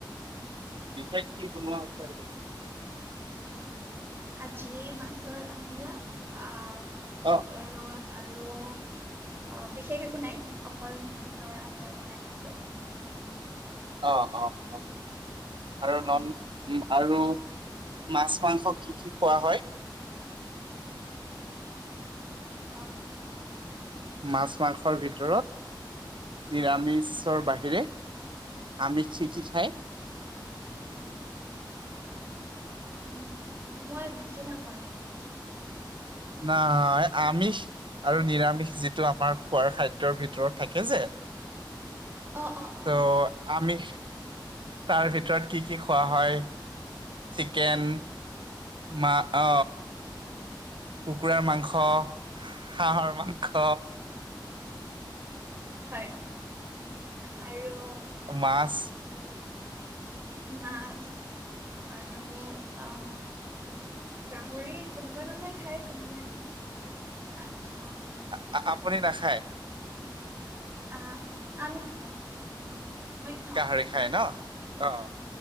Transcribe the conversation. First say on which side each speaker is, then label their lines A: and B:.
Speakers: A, on the right; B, on the right.
A: বিশেষ কি বনোৱা হৈছে আজি?
B: আজি মাছৰ আঞ্জা অ। উম ভাতৰ
A: অ
B: লগত। আৰু অ বিশেষ একো নাই অকল মাছৰ আঞ্জা বনাইছোঁ।
A: অ অ অ। আৰু
B: অহ
A: নন আৰু মাছ-মাংস কি কি। খোৱা হয়।
B: <inaudible> অ অ।
A: মাছ-মাংসৰ ভিতৰত? নিৰামিষৰ বাহিৰে আমিষ আমি কি কি খায়। <inaudible>
B: উম মই বুজি নাপালোঁ।
A: নাই আমিষ আৰু নিৰামিষ যিটো আমাৰ খোৱাৰ খাদ্যৰ ভিতৰত থাকে যে।
B: অ অ অ
A: ত আমি। তাৰ ভিতৰত কি কি খোৱা হয়? চিকেন। মা অ। কুকুৰাৰ মাংস হাঁহৰ মাংস।
B: হয়। আৰু।
A: মাছ
B: আম। <unintelligible> মাছ আৰু উম গাহৰি কোনোবাই কোনোবাই খাই কোনোবাই সেনেকে আমি খাওঁ।
A: আ, আ। আপুনি নাখায়?
B: আৰু আহ, আমি খাওঁ, অ'। মই খাওঁ
A: গাহৰি খাই নহ অ',